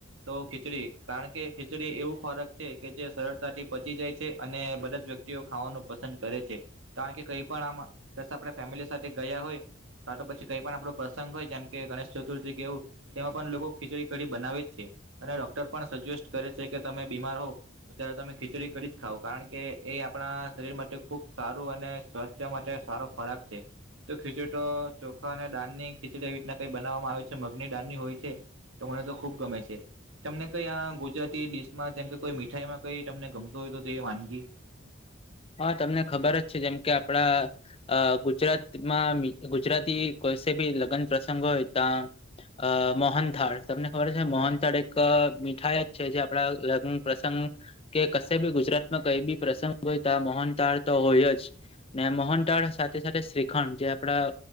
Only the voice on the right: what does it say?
તો ખીચડી કારણ કે ખીચડી એવું ખોરાક છે, કે જે સરળ થી પચી જાય છે અને બધા જ વ્યક્તિઓ ખાવાનું પસંદ કરે છે. કારણ કે કઈ પણ આમાં બસ આપણા ફેમિલી સાથે ગયા હોય તા તો પછી કઈ પણ આપણો પ્રસંગ હોય જેમ કે ગણેશ ચતુર્થી કેવું તેમાં પણ લોકો ખીચડી કઢી બનાવે જ છે અને ડોક્ટર પણ સજેસ્ટ કરે છે કે તમે બીમાર હોવ ત્યારે તમે ખીચડી કરી જ ખાવ કારણ કે એ આપણા શરીર માટે ખૂબ સારું અને સ્વાસ્થ્ય માટે સારો ખોરાક છે. તો ખીચડટો ચોખા અને ડાનની ખીચડી એવી રીતના કઈ બનાવવામાં આવે છે મગની ડાાનની હોય છે. તો મને તો ખુબ ગમે છે તમને કઈ આ ગુજરાતી ડિશમાં જેમ કે કોઈ મીઠાઈમાં કઈ એ તમને ગમતો હોય તો તે વાનગી?